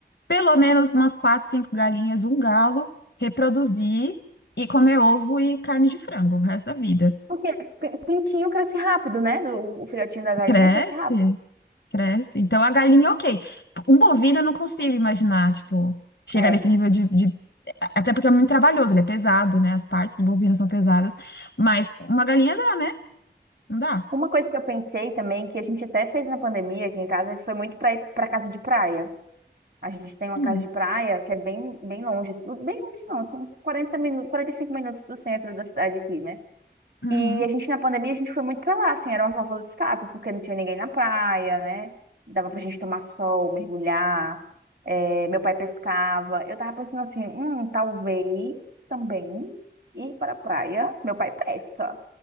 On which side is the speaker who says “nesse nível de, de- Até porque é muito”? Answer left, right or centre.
Left